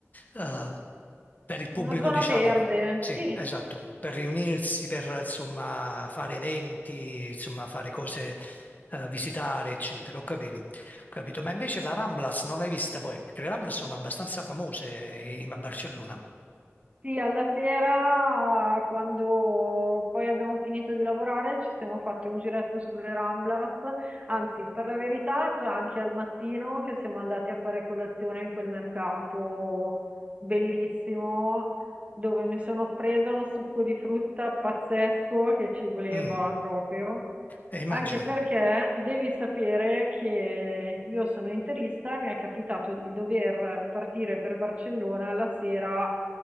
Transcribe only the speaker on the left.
eh, per il pubblico,
diciamo.
Sì,
esatto, per riunirsi, per insomma fare eventi, insomma fare cose, eh, visitare, eccetera. Ho capito. Capito? Ma invece la Ramblas non l'hai vista poi? Perché le Ramblas sono abbastanza famose eh, a Barcellona.
Mm,
eh, immagino.